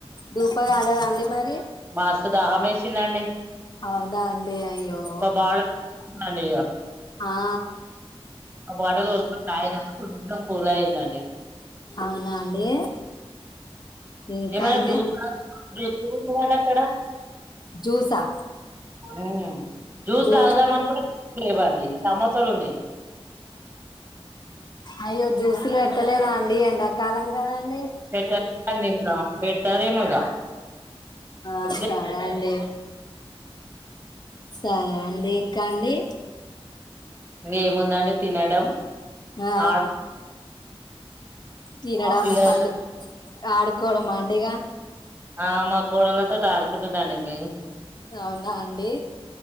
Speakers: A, on the left; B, on the right.
A: దూపా గలేదా అండి మరి
B: మాస్త్ దాహమేశిందండి
A: అవునా అండి అయ్యో
B: బాటిల్ అండి
A: ఆ
B: ఓ బాటెల్ కొనుకొని తాగినాక కొంచెం కూల్ అయిందండి
A: అవునా అండి ఇంకా
B: ఏమన్న
A: అండి
B: దుపా దుపగున్నదండి అక్కడ
A: జ్యూసా
B: మ్ జ్యూస్
A: జూ
B: తాగుదామనుకుంటే లెవ్వండి సమోసలున్నాయ్
A: అయ్యో జ్యూసులు ఎట్టలేదా అండి ఎండా కాలం కదండి
B: పెట్టడం తింటాం పెడతారేమో ఇగ
A: ఆ
B: ఇప్పుడే
A: సరే అండి సరే అండి ఇంకా అండి
B: ఏముందండి తినడం
A: ఆ
B: ఆడు
A: తినడం
B: మా పిల్లలతో
A: పండు ఆడుకోవడమా అండిగా
B: ఆ మా కోడళ్లతోటి ఆడుకుంటున్నాండి మే
A: అవునా అండి